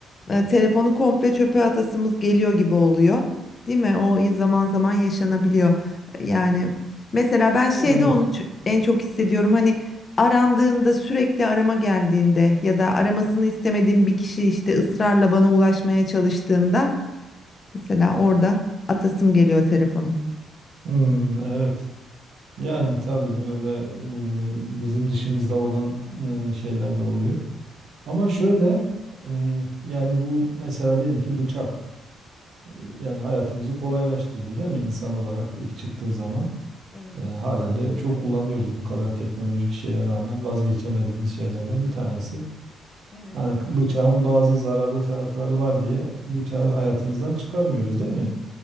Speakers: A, on the left (about 35°); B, on the right (about 65°).
A: e, telefonu komple çöpe atasımız geliyor gibi oluyor. Değil mi? O zaman zaman yaşanabiliyor. Yani mesela ben şeyde
B: Evet.
A: onu ç- en çok hissediyorum. Hani arandığında sürekli arama geldiğinde ya da aramasını istemediğim bir kişi işte ısrarla bana ulaşmaya çalıştığında mesela orada atasım geliyor telefonu.
B: Hmm, evet. Yani tabii öyle e, bizim dışımızda olan e, şeyler de oluyor. Ama şöyle e, yani bu mesela diyelim ki bıçak e, yani hayatımızı kolaylaştırdı değil mi insan olarak ilk çıktığı zaman?
A: Evet,
B: E, halen de çok kullanıyoruz bu kadar teknolojik şeye rağmen vazgeçemediğimiz şeylerden bir tanesi.
A: evet.
B: Hani k- bıçağın bazı zararlı tarafları var diye bıçağı hayatımızdan çıkarmıyoruz değil mi?